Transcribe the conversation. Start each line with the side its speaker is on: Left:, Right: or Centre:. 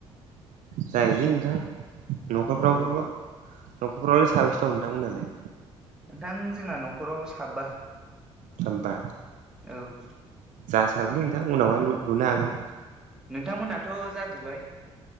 Right: जायो नोंथां न'खरफ्रावबो
Centre: औ
Right: न'खरफ्रावलाय साबैसे' दं नोंथांमोनालाय?
Centre: नोंथां जोंना न'खराव साबा।
Right: सा बा
Centre: औ
Right: जासाबलै नोंथां उनावहाय लुनो हागोन।
Centre: नोंथांमोनहाथ' जाजोब्बाय।